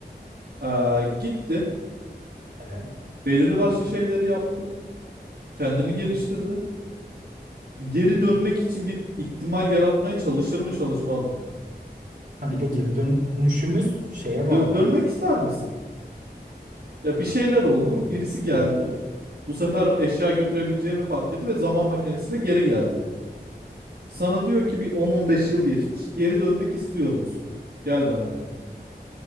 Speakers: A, on the right; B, on the right.
A: Ee, gitti,
B: Evet.
A: belirli başlı şeyleri yaptı, kendini geliştirdi. Geri dönmek için bir ihtimal yaratmaya çalışır mı, çalışmaz mı?
B: Ha bir de geri dönüşümüz şeye bağlı.
A: Dö- dönmek ister misin? Ya bir
B: Ya
A: şeyler
B: kesin
A: oldu,
B: dönmek
A: birisi
B: isterim.
A: geldi. Bu sefer eşya götürebileceğini fark etti ve zaman makinesiyle geri geldi. Sana diyor ki bir 10-15 yıl geçmiş, geri dönmek istiyor musun? Gel benimle.